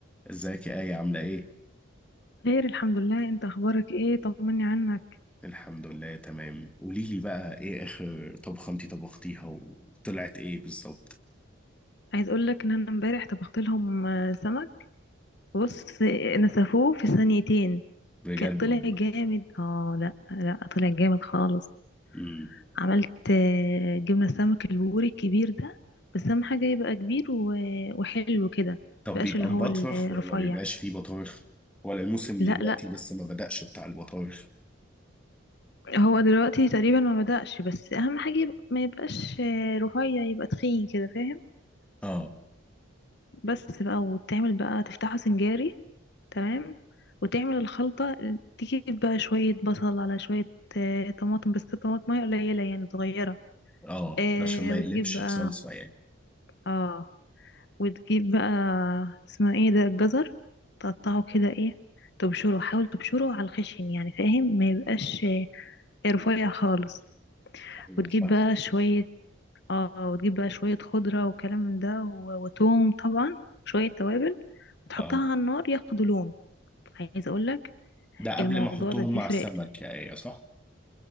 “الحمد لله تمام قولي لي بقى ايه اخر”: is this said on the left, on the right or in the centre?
Centre